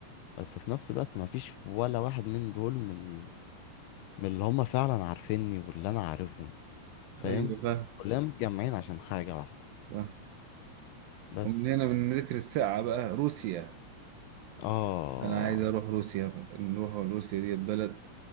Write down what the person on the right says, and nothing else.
ايوه بقى
بقى
ومن هنا من ذكر الساعة بقى روسيا
انا عايز اروح روسيا بقى. نروح روسيا ديت بلد